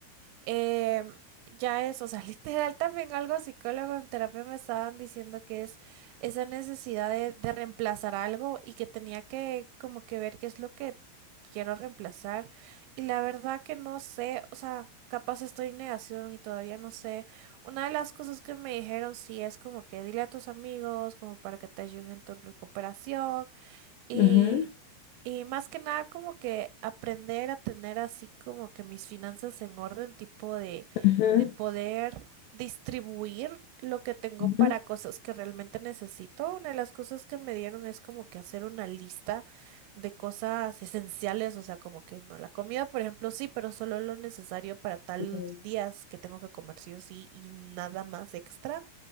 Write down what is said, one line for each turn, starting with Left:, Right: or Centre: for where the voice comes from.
Right: em, ya es, o sea, <laughs> literal también algo psicólogo en terapia me estaban diciendo que es esa necesidad de, de reemplazar algo y que tenía que como que ver qué es lo que quiero reemplazar. Y la verdad que no sé, o sea, capaz estoy en negación y todavía no sé. Una de las cosas que me dijeron sí es como que dile a tus amigos como para que te ayuden en tu recuperación y,
Left: Ujú,
Right: y más que nada como que aprender a tener así como que mis finanzas en orden, tipo de,
Left: ujú,
Right: de poder distribuir lo que tengo
Left: ujú,
Right: para cosas que realmente necesito. Una de las cosas que me dieron es como que hacer una lista de cosas esenciales, o sea, como que no, la comida, por ejemplo, sí, pero solo lo necesario para tal
Left: ujú,
Right: días que tengo que comer sí o sí y nada más extra.